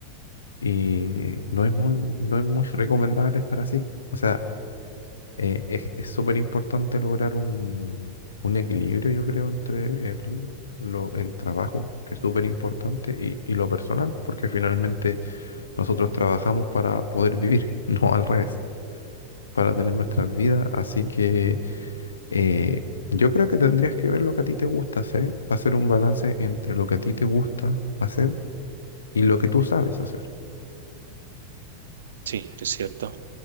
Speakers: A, on the left; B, on the right.
A: Y no es muy, no es muy <laughs> recomendable estar así. O sea, eh, es, es súper importante lograr un, un equilibrio, yo creo, entre el, lo- el trabajo, que es súper importante, y, y lo personal, porque finalmente nosotros trabajamos para poder vivir, <laughs> no al revés, para tener nuestras vidas. Así que eh, yo creo que tendrías que ver lo que a ti te gusta hacer, hacer un balance entre lo que a ti te gusta hacer y lo que tú sabes hacer.
B: Sí, es cierto.